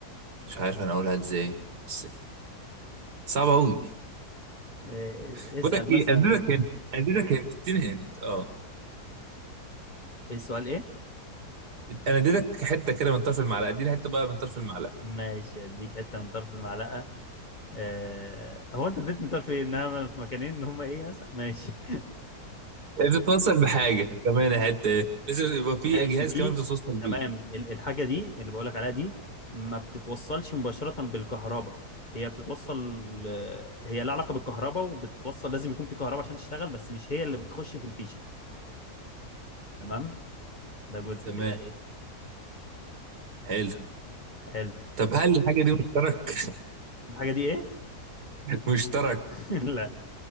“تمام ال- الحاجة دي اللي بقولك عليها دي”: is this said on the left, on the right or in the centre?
Left